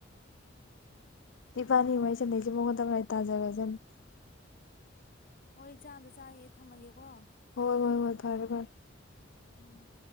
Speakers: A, on the left (about 70°); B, on the left (about 45°).
A: ꯏꯕꯥꯅꯤ ꯏ ꯃꯥꯏ ꯁꯟꯗꯩꯁꯦ ꯃꯉꯣꯟꯗ ꯉꯥꯏ ꯇꯥꯖꯔꯁꯅꯤ
B: ꯍꯣꯏ ꯏ ꯆꯥꯝꯗ ꯆꯥ ꯍꯦ ꯊꯝꯃꯒꯦꯀꯣ
A: ꯍꯣꯏ ꯍꯣꯏ ꯍꯣꯏ ꯐꯔꯦ ꯐꯔꯦ
B: ꯎꯝ